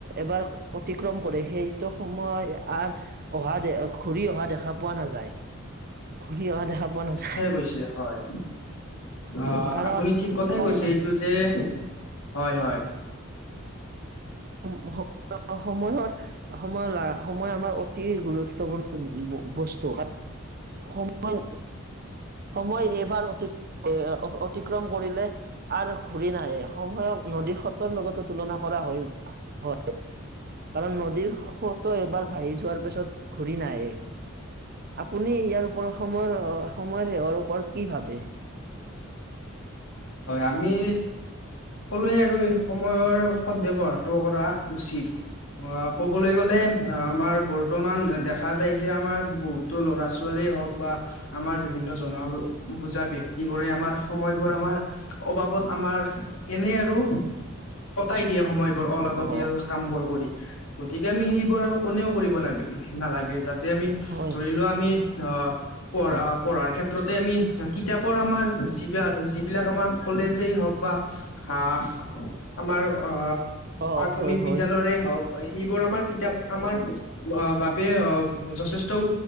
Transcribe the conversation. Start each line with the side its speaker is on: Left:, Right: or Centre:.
Right: এবাৰ অতিক্ৰম কৰে সেইটো সময় আ অহা দে ঘূৰি অহা দেখা পোৱা নাযায় ঘুৰি অহা দেখা পোৱা নাযায়
Left: হৈছে হয় অ
Right: কাৰণ
Left: আপুনি ঠিক কথাই
Right: সম
Left: কৈছে এইটো যে হয় হয়
Right: সম হ অ সময়ৰ সময় সময় আমাৰ অতি গুৰুত্বপূৰ্ণ ব বস্তু কাৰ সময় সময় এইবাৰ অতি এ অতিক্ৰম কৰিলে আৰু ঘূৰি নাহে সময়ক নদী সোতৰ লগতো তুলনা কৰা হয় হয় কাৰণ নদীৰ সোতো এবাৰ ভাহি যোৱাৰ পিছত ঘূৰি নাহে আপুনি ইয়াৰ ওপ সময়ৰ সময়ৰ ইয়াৰ ওপৰত কি ভাবে
Left: হয় আমি সকলোৱে আৰু সময়ৰ সৎ ব্যৱহাৰটো কৰা উচিত অ ক'বলৈ গলে অ আমাৰ বৰ্তমান দেখা যাই যে আমাৰ বহুত তো ল'ৰা ছোৱালীয়ে হওক বা আমাৰ বিভিন্ন জনা বুজা ব্যক্তিবোৰে আমাৰ সময়বোৰ আমাৰ অবাবত আমাৰ এনে আৰু কটাই দিয়ে সময় ৰ অলাগতিয়াল
Right: অ
Left: কাম বোৰ কৰি গতিকে আমি সেইবোৰ আৰু কোনেও কৰিব নালাগে যাতে তে আমি
Right: হয়
Left: ধৰি লোৱা আমি অ পঢ় পঢ়াৰ ক্ষেত্ৰতে আমি কিতাপৰ আমাৰ যিবিলাক যিবিলাক আমাৰ কলেজেই হওক বা আহ আমাৰ অ
Right: অ
Left: প্ৰাথমিক
Right: হয় হয়
Left: বিদ্যালয়ৰে হওক হয় সেইবোৰ আমাৰ কিতাপ আমাৰ বাবে যথেষ্ট ও